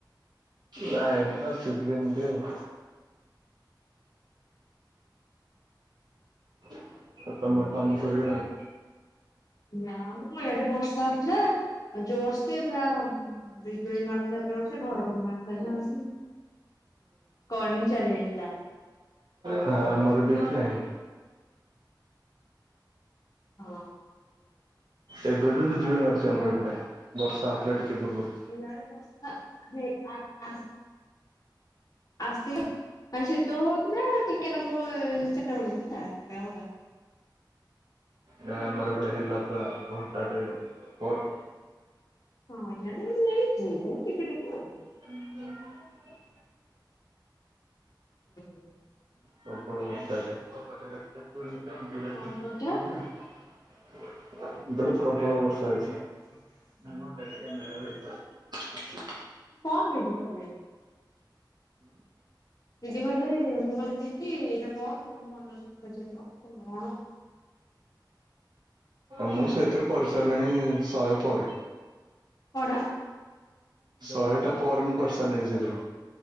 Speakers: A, on the right (about 60°); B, on the left (about 50°).
A: ନାଇଁ ଆସିଥିଲି ଏମିତି ଆଉ। ଆଉ ତମର କାମ ସରିଗଲାଣି?
B: ନା ମ ଇଆଡେ ବର୍ଷା ହଉଥିଲା ଜୋରସେ ପୁରା ବିଜୁଳି ମାରୁଥିଲା ଜୋରସେ ସେ ଘଡ଼ ଘଡି ମାରୁଥିଲା ଜୋରସେ କରେଣ୍ଟ ଚାଲି ଯାଇଥିଲା।
A: ନା ଆମର ବି ଏଠି ନାହିଁ।
B: ହଁ।
A: ଏବେ ବି ବିଜୁଳି ମାରୁଚି ଆମର ଏପଟେ ବର୍ଷା ହଉଥିଲା ଟିକେ ପୂର୍ବରୁ।
B: ଇଆଡେ ବର୍ଷା ହେ ଆ ଆସ୍ ଆସିକି ମାନେ ସେତେ ବେଳୁ ହଉଥିଲା ଟିକେନାକୁ ଚାରିଟା ବେଳକୁ ହେଲା ଏବେ ଆଉ ନାଇଁ।
A: ନା ଆମର ଏପଟେ ହେଲା ପୁରା ଘଣ୍ଟାଟେ ପରେ।
B: ହଁ ଇଆଡ଼େ କିନ୍ତୁ ହେଇଚି ସେଇ ଟିକେ ଟିକେ ଆଉ।
A: <inaudible>
B: <inaudible>
A: ପ୍ରଳବ ବର୍ଷା ହେଇଚି।
B: କଣ କହୁଛ?
A: <inaudible> ମୁଁ କଇଲି ପ୍ରବଳ ବର୍ଷା ହେଇଚି।
B: କଣ ରେଡ଼ିକଲେ? ଦିଦି କହିଲେ ମୁଁ କିହିଲି ଦିଦି ଏଇଟା କଣ ସିଏ କଇଲେ ମନୋଜକୁ ପଚାରିବ ସେଟା କଣ।
A: ମୁଁ ସେଇଥିରୁ କରିସାରିଲିଣି ଶହେ ପରେ।
B: କଣ?
A: ଶହେଟା ପରେ ମୁଁ କରିସାରିଲିଣି ସେଇଥିରୁ।